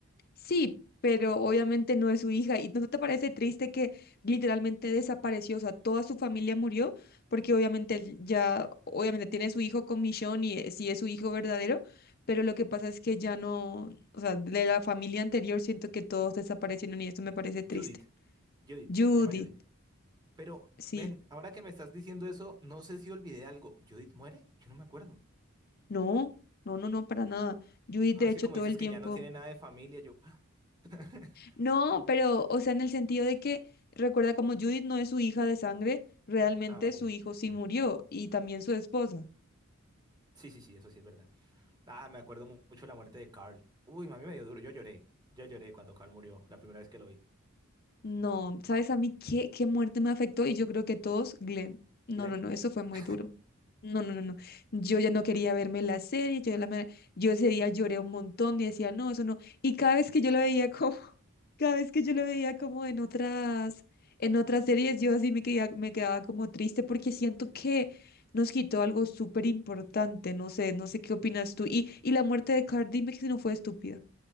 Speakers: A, on the left; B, on the right.
A: Sí, pero obviamente no es su hija. ¿Y no no te parece triste que literalmente desapareció? O sea, toda su familia murió porque obviamente él ya, obviamente tiene su hijo con Michonne y eh, sí es su hijo verdadero, pero lo que pasa es que ya no, o sea, de la familia anterior siento que todos desaparecieron y esto me parece triste.
B: Judith. Judith,
A: Judith,
B: se llama Judith. Pero,
A: sí,
B: ven, ahora que me estás diciendo eso, no sé si olvidé algo. ¿Judith muere? Yo no me acuerdo.
A: no, no, no, no, para nada. Judith,
B: Ah,
A: de hecho,
B: sí, como
A: todo
B: dices
A: el
B: que
A: tiempo.
B: ya no tiene nada de familia, yo... <laughs> <gasps>
A: No, pero, o sea, en el sentido de que, recuerda, como Judith no es su hija de sangre, realmente
B: Ah, vale,
A: su hijo sí
B: sí.
A: murió y también su esposa.
B: Sí, sí, sí, eso sí es verdad. Ah, me acuerdo mu- mucho la muerte de Carl. Uy, mami, me dio duro. Yo lloré. Yo lloré cuando Carl murió, la primera vez que lo vi.
A: No, ¿sabes a mí qué, qué muerte me afectó? Y yo creo que todos, Glenn. No,
B: Glenn.
A: no, no, eso
B: <laughs>
A: fue muy duro. No, no, no, no. Yo ya no quería verme la serie, yo, ya la, me- yo ese día lloré un montón y decía, no, eso no. Y cada vez que yo lo veía como, <laughs> cada vez que yo lo veía como en otras, en otras series, yo así me quedaba, me quedaba como triste porque siento que nos quitó algo súper importante, no sé, no sé qué opinas tú. Y, y la muerte de Cardi me que no fue estúpida,